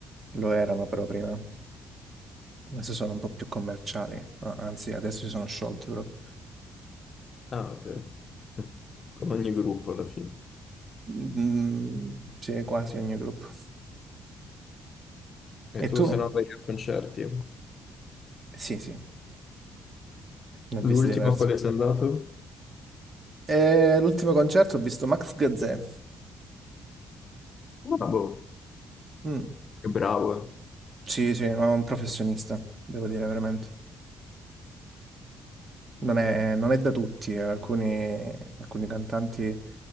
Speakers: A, on the right (about 40°); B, on the left (about 45°).
A: lo erano però prima, adesso sono un po' più commerciali, a- anzi adesso si sono sciolti proprio.
B: Ah, ok. Mm. Come ogni gruppo alla fine.
A: Mm, mm, sì, quasi ogni gruppo.
B: E
A: E
B: tu
A: tu?
B: se no vai a concerti?
A: Sì, sì, ne ho
B: L'ultima
A: visti diversi.
B: quale sei andato?
A: E l'ultimo concerto ho visto Max Gazzè.
B: Ah, boh,
A: Mm.
B: che bravo.
A: Sì, sì, no, un professionista, devo dire veramente. Non è, non è da tutti, eh. alcuni, alcuni cantanti